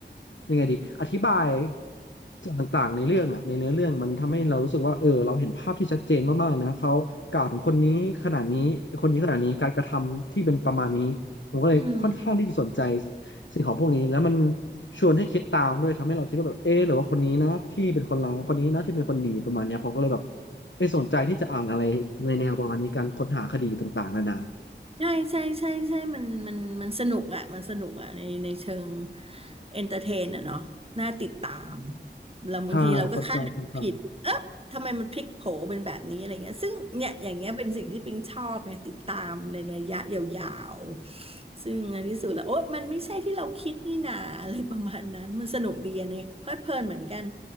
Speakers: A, on the left (about 80°); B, on the right (about 30°).
A: ยังไงดีอธิบายส่วนต่างๆในเรื่องอ่ะในเนื้อเรื่องมันทำให้เรารู้สึกว่าเออเราเห็นภาพที่ชัดเจนมากๆนะเขากล่าวถึงคนนี้ขนาดนี้คนนี้ขนาดนี้การกระทำที่เป็นประมาณนี้ผมก็เลยค่อนข้างที่จะสนใจ
B: อืม
A: สิ่งของพวกนี้แล้วมันชวนให้คิดตามด้วยทำให้เราคิดว่าแบบเออหรือว่าคนนี้นะที่เป็นคนร้ายคนนี้นะที่เป็นคนดีประมาณเนี้ยผมก็เลยแบบเออสนใจที่จะอ่านอะไรในแนวประมาณนี้การค้นหาคดีต่างๆนานา
B: ใช่ใช่ใช่ใช่มันมันมันสนุกอ่ะมันสนุกอ่ะในในเชิงเอนเตอร์เทนอ่ะเนาะน่าติดตาม เราบางทีเราก็คาดเดาผิดเอ๊ะทำไมมันพลิกโผเป็นแบบนี้อะไรเงี้ยซึ่งเนี่ยอย่างเงี้ยเป็นสิ่งที่ปิงชอบไงติดตามในระยะยาวๆซึ่งในที่สุดแล้วโอ๊ยมันไม่ใช่ที่เราคิดนี่นาอะไรประมาณนั้น
A: ใช่ค่อนข้างค่อนข้าง
B: มันสนุกดีอะเนี่ยเพลิดเพลินเหมือนกัน